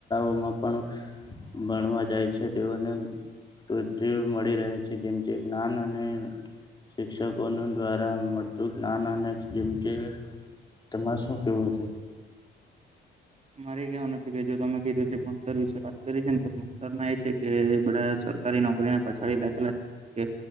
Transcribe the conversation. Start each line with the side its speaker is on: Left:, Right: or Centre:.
Left: ઓમાં પણ ભણવા જાય છે તેઓને પૃ મળી રહે છે જેમથી જ્ઞાન અને શિક્ષકોને. દ્વારા મળતું નાના જેમકે તેમાં શું કેવું છે.
Right: મારે કહેવાનું છે કે જો તમે કીધું છે ભણતર વિશે વાત કરી છે ને તો ભણતરમાં એ છે કે બડા સર નોકરીને પછડી લખેલા છે.